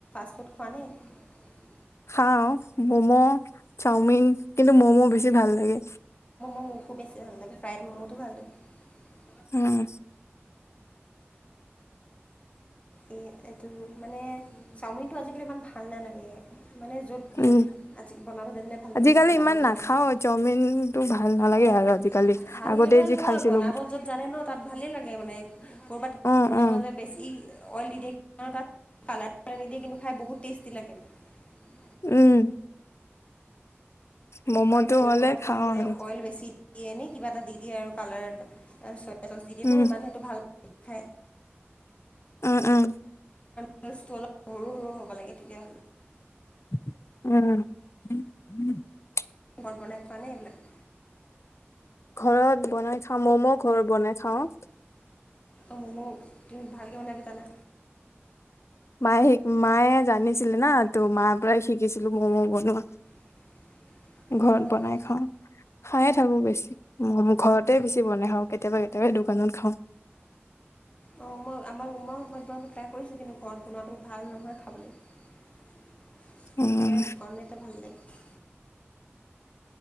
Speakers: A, on the left; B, on the left.
A: চুট খোৱা নাই <unintelligible>
B: খাওঁ মম' চাওমিন কিন্তু ম'ম' বেছি ভাল লাগে
A: <unintelligible> বেছি ভাল লাগে ভালে <unintelligible>
B: উম
A: এই এইটো মানে চাওমিন টো আজিকালি ইমান ভাল নালাগে মানে য'ত
B: উম,
A: আজি বনাব যানিলে ভাল লাগেনে
B: আজিকালি
A: বনাব
B: ইমান
A: নাজানি
B: নাখাও
A: লে
B: চাওমিনটো ভাল নালাগে
A: অঁ অ
B: আৰু আজিকালি
A: ভাল
B: আগতে
A: নালাগে মানে
B: যি
A: নহয়
B: খাইছিলো
A: বনাব য'ত জানে ন তাত ভালে লাগে মানে কৰ'বাত
B: অ
A: <unintelligible>
B: অ
A: বেছি অইল দি দিয়ে তাত কালাৰাৰ নিদিয়ে কিন্তু খাই বহুত টেষ্টি লাগে <unintelligible>
B: উম ম'ম'টো
A: আৰু ক'ৰবাত
B: হ'লে
A: ক'ৰবাত
B: খাওঁ
A: মানে
B: আৰু
A: অইল বেছি দিয়ে এনে কিবা এটা দি দিয়ে আৰু কালাৰ চ চচ দি দিয়ে
B: উম
A: ইমান সেইটো ভাল ন <unintelligible> হে
B: উম, উম,
A: <unintelligible> অলপ সৰু সৰু হ'ব লাগে তেতিয়া
B: উম,
A: ঘৰত বনাই খোৱা নে এইবিলাক।
B: ঘৰত বনাই খাওঁ ম'ম' ঘৰত বনাই খাওঁ।
A: অ', ম'ম' তুমি ভালকে বনাব জানা?
B: মায়ে শিক মায়ে জানিছিলে না তো মাৰ পৰাই শিকিছিলো ম'ম' বনোৱা।
A: <unintelligible>
B: ঘৰত
A: অঁ
B: বনাই খাও খাইয়ে থাকো বেছি ঘৰতে বেছি বনাই খাওঁ কেতিয়াবা কেতিয়াবাই দোকানত খাওঁ।
A: অ', মই আমাৰ মই ঘৰত বনাব ট্ৰাই কৰিছোঁ কিন্তু ঘৰত বনোৱাটো ভাল নহয় খাবলৈ। সেইকাৰণে
B: উম
A: দোকানতে ভাল লাগে।